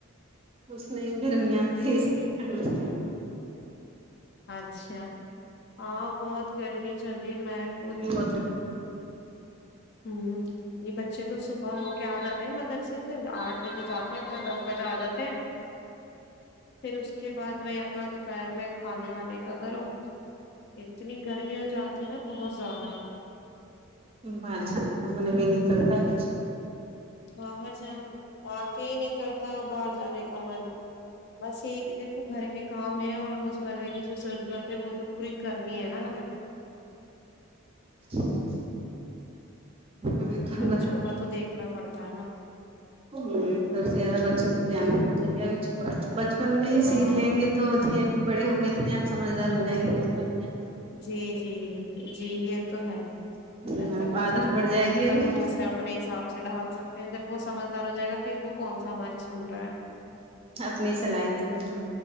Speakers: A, on the right; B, on the left.
A: مسمے گرمیاں تھ اس کی کٹوس ہے
B: اچھا ہاں بہت گرمی چل یہ مح خوود
A: گرمی بہت
B: ہوں یہ بچے تو صبح ہو کیا آ جاتے ہیں مدرسے سے آرٹ بجے جاتے ہیں اپنا دس بجے آ جاتے ہیں پھر اس کے بعد وہی اپنا دوپہر میں کھانے وانے کا کرو پھر اتنی گرمی ہو جاتی ہے نا بہت زیادہ
A: بات جانے کا من بھی نہیں کرتا ہے کچھ
B: باہر جان واقع ہی نہیں کرتا باہر جانے کا من بس یہ دیکھو گھر کے کام ہے اور روز مرہ کی جو ضرورت ہے وہ تو پوری کرنی ہے نا ہمیں
A: <inaudible> ابھی
B: اب
A: تو
B: بچوں کا تو دیکھنا پڑتا ہے نا
A: ہ سب سے زیادہ بچوں کا دھیان دینا چاہیے ہے بچ من میں ہی
B: ہاں
A: سیکھ لیں گے تو جی بڑے ہو کے اپنے آپ سمجھدار ہو جائیں گے پھر توب
B: جی جی جی یہ تو ہے
A: گے
B: جب تک
A: اب
B: بچہ
A: عادت
B: چھوٹا
A: پڑ جائے
B: ہے تب
A: گی
B: تک
A: ابھی
B: ہم اسے اپنے حساب سے ڈھال سکتے ہیں جب وہ سمجدار ہو جائے گا پھر وہ کون کون سا ہماری سن رہا ہے
A: اپنی چلائیں گے پھر تو